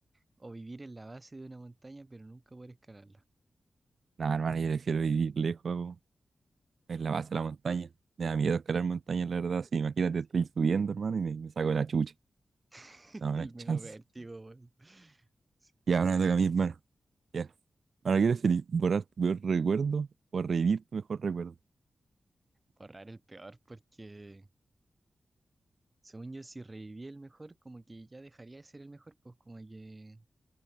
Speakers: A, on the right (about 15°); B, on the right (about 50°).
A: ¿O vivir en la base de una montaña pero nunca poder escalarla?
B: Nada, hermano, yo prefiero vivir lejos, po, en la base de la montaña. Me da miedo escalar montañas, la verdad. Sí, imagínate,
A: Sí,
B: estoy subiendo, hermano, y me, me saco la chucha.
A: <laughs>
B: No,
A: el
B: no hay
A: medio
B: chance.
A: vértigo, weón. Sí,
B: Y ahora
A: bueno.
B: me toca a mí, hermano. Ya. Ahora, ¿quieres preferís? ¿Borrar tu peor recuerdo o revivir tu mejor recuerdo?
A: Borrar el peor porque según yo si reviví el mejor como que ya dejaría de ser el mejor, pues como que